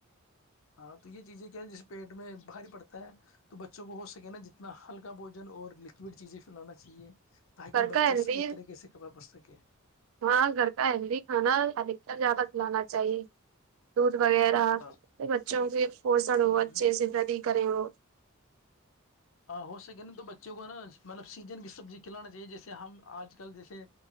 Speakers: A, on the left (about 70°); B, on the right (about 70°).
A: ہاں تو یہ چیزیں کیا جس پیٹ میں بھاری پڑتا ہے تو بچوں کو ہو سکے نا جتنا ہلکا بوجن اور لکوڈ چیزیں پلانا چاہیے تاکہ
B: گھر کا
A: بچہ
B: ہیلدی
A: صحیح طریقے سے کپڑا پن سکے
B: ہاں گھر کا ہیلدی کھانا ل کر جا کلانا چاہیے دودھ وغیرہ
A: ہاں
B: بچوں کے پوسن ہو
A: ہ
B: اچھے سے فدی کریں ہو
A: ہو سکے نا تو بچوں کو نا مطلب سیزن کی سبزی کھلانا چاہیے جیسے ہم آج کل جیسے